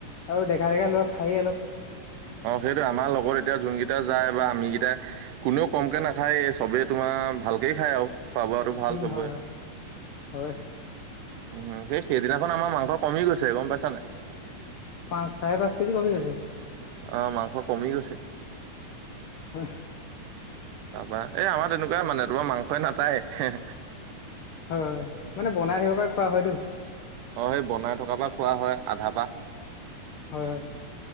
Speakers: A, on the left; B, on the right.
A: আৰু ডেকা - ডেকা লৰা খায় অলপ
B: অ সেইটো আমাৰ লগৰ এতিয়া যোনকে টা যায় বা আমি কেইটা কোনেও কমকে নাখায় চবে তোমাৰ ভালকে খায় আৰু। খোৱা বোৱাটো ভাল
A: উম
B: চবৰে
A: হয় হয়, হয়।
B: উম সেই সেইদিনাখন আমাৰ মাংস কমি গৈছে গম পাইছা নাই?
A: পাঁচ চাৰে পাঁচ কেজি কমি গৈছে।
B: অ মাংস কমি গৈছে।
A: হু
B: তাৰপা এই আমাৰ তেনেকুৱা মানে তোমাৰ মাংসই নাটায় এহে।
A: হয় মানে বনাই থাকিব পৰা খোৱা হয়তো।
B: অ', সেই বনাই থকাৰ পৰা খোৱা হয় আধা পা।
A: হয় হয়